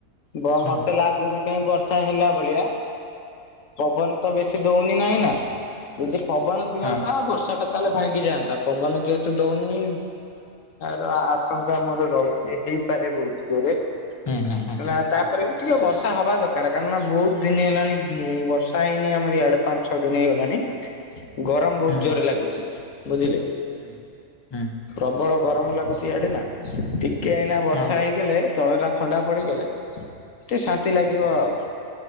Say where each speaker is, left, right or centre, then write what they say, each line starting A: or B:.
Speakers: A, on the left; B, on the left.
A: ବ
B: ହୁଁ
A: ମୋତେ ଲାଗୁଚି କାହିଁ ବର୍ଷା ହେଲା ଭଳିଆ। ପବନ ତ ବେଶୀ ଦଉନି ନାହିଁ ନା। ଯଦି ପବନ ଦିଅନ୍ତା
B: ହଁ
A: ବର୍ଷାଟା ତାହେଲେ ଭାଙ୍ଗି ଯାଆନ୍ତା ପବନ ଯେହେତୁ ଦଉନି ରଆଶଙ୍କା ମୋର ରହୁଛି ହେଇପାରେ ବହୁତ ଜୋରେ
B: ହୁଁ ହୁଁ
A: ନା
B: ହୁଁ।
A: ତାପରେ ବି ଟିକେ ବର୍ଷା ହବା ଦରକାର କାରଣନା ବହୁତ ଦିନ ହେଲାଣି, ବର୍ଷା ହେଇନି ଆମର ଇଆଡେ ପାଞ୍ଚ ଛଅ ଦିନ ହେଇଗଲାଣି ଗରମ ବହୁତ
B: ହୁଁ
A: ଜୋରରେ ଲାଗୁଛି ବୁଝିଲେ
B: ହୁଁ ହୁଁ
A: ପ୍ରବଳ ଗରମ ଲାଗୁଛି ଆଡ଼େନା ଟିକେ ଏଇନା ବର୍ଷା
B: ହଉ
A: ହେଇଗଲେ ତଳେଟା ଥଣ୍ଡା ପଡିଗଲେ ଟିକେ ଶାନ୍ତି ଲାଗିବ ଆଉ।